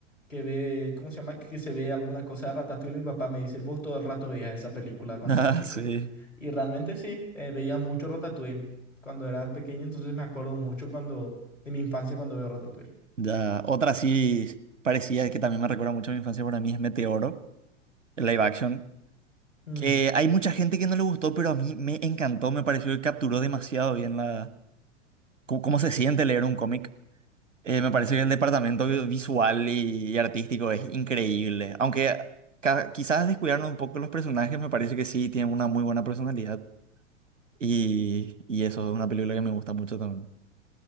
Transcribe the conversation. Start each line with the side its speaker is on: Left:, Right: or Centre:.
Left: que ve, ¿cómo se llama? Que se ve alguna cosa de Ratatouille, mi papá me dice, vos todo el rato veías esa película cuando
Right: Ah,
Left: eras chico.
Right: sí.
Left: Y realmente sí, eh, veía mucho Ratatouille cuando era pequeño, entonces me acuerdo mucho cuando, de mi infancia cuando veo Ratatouille.
Right: Ya. Otra sí parecía que también me recuerda mucho a mi infancia para mí es Meteoro, el live action.
Left: Mm.
Right: Que hay mucha gente que no le gustó, pero a mí me encantó, me pareció que capturó demasiado bien la... cómo cómo se siente leer un cómic. Eh, me parece que el departamento vi- visual y, y artístico es increíble. Aunque ca- quizás descuidaron un poco los personajes, me parece que sí tienen una muy buena personalidad. Y, y eso es una película que me gusta mucho también.